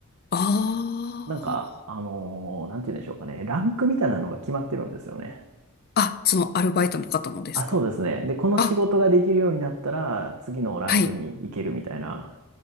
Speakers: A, on the left; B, on the right.
A: ああー。
B: なんか、あのーなんて言うんでしょうかね。ランクみたいなのが決まってるんですよね。
A: あ、そのアルバイトの方のですか
B: あ、そうですね。で、この仕事ができるようになったら、
A: あ、
B: 次のランクに行けるみたいな。
A: はい。